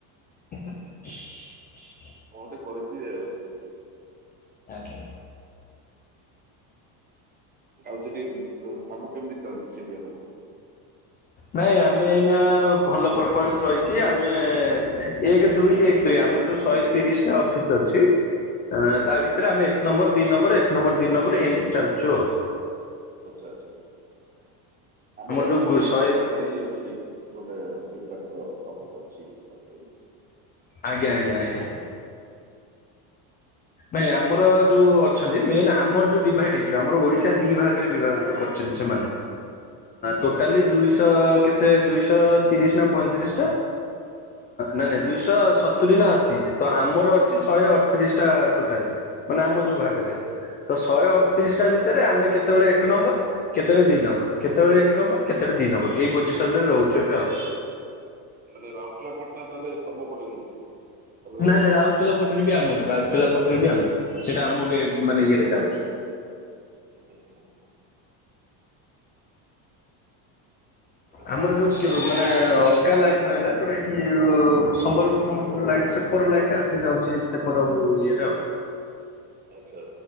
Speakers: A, on the left (about 20°); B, on the right (about 20°).
A: ହ <inaudible>
B: କଣ ଟେ କରିଥିବେ ଆଉ।
A: <unintelligible>
B: ଆଉ ସେଠି କାମ କେମିତି ଚାଲିଛି? ସେଠି ଆପଣ
A: ନାଇଁ ଆମେ ଏଇନା ଭଲ ପରଫମାନ୍ସ ରହିଛି ଆମେ ଏକ ଦୁଇ ଏକ ଦୁଇ ଆମର ଯୋଉ ଶହେ ତିରିଶ ଟା ଅଫିସ ଅଛି
B: ହୁଁ
A: ତା
B: ହୁଁ
A: ଭିତରେ
B: ହୁଁ
A: ଆମେ ଏକ ନମ୍ବର ଦି ନମ୍ବର ଏକ ନମ୍ବର ଦି ନମ୍ବର ଏମିତି ଚାଲଛୁ ଆଉ।
B: ଆଚ୍ଛା ଆଚ୍ଛା ଆମର
A: ଯୋଉ
B: ଏଇଠି ବି
A: ଶହେ
B: ସେ ପାଖ ଅଛି ଗୋଟେ ଫ୍ଲିପ୍ କାର୍ଟର ଆଉ ଗୋଟେ ଅଛି। ହିଁ।
A: ଆଜ୍ଞା ଆଜ୍ଞା ଆଜ୍ଞା। ନାଇଁ ଆମର ଯଉଁ ଅଛନ୍ତି ମେନ୍ ଆମର ଯେଉଁ ଡିଭାଇଡ୍ ହେଇଛ ଆମର ଓଡ଼ିଶା ଦୁଇ ଭାଗରେ ବିଭାଗ କରିଛନ୍ତି ସେମାନେ
B: ଆଚ୍ଛା
A: ଟୋଟାଲି ଦୁଇଶହ କେତେ ଦୁଇଶହ ତିରିଶ ନା ପଇତିରିଶ ଟା ନାଇଁ
B: ହଁ
A: ନାଇଁ
B: ହଁ
A: ଦୁଇଶହ ସତୁରି ନା ଅଶୀ ତ ଆମର ଅ ଶହେ ଅଠତିରିଶ ଟୋଟାଲ ମାନେ ଆମ ଭରେ
B: ହୁଁ
A: ଶହେ ଅଠତିରିଶଟା
B: ହୁଁ
A: ଭିତରେ ଆମେ କେତେବେଳେ ଏକ ନମ୍ବର କେତେବେଳେ ଦି ନମ୍ବର କେ କେତେବେଳେ ଏକ ନମ୍ବର କେତେବେଳେ
B: ଆଚ୍ଛା ଆଚ୍ଛା।
A: ଦିଇ ନମ୍ବର ଏଇ ପଜିସନରେ ରହୁଛି ଏବେ ଆଉ।
B: ମାନେ ରାଉରକେଲା ପଟଣା ତାହେଲେ ତମ ପଟେ ନୁହଁ ଅଲଗାପଟେ?
A: ନାଇଁ ନାଇଁ ରାଉରକେଲା ବି ଆମର ଆଉଥିଲା ପଟରେ ବି ଆମର। ସେଟା ମୁଁ ବି
B: ଆଚ୍ଛା
A: ମାନେ
B: ଆଚ୍ଛା।
A: ଇଏରେ ଯାଉଛି।
B: ହୁଁ, ହୁଁ, ହୁଁ। ଆଚ୍ଛା
A: ଆମର ଯୋଉ ଅଲଗା ଲାଇନ୍ ରହିଲା ଯୋଉଟା କି ସମ୍ବଲପୁର ଫମ୍ବଲପୁର ଲାଇନ ସେପଟ ଲାଇନରେ ସେ ଯାଉଛି। ସେପଡ଼ ଇଏ ରେ।
B: ଆଚ୍ଛା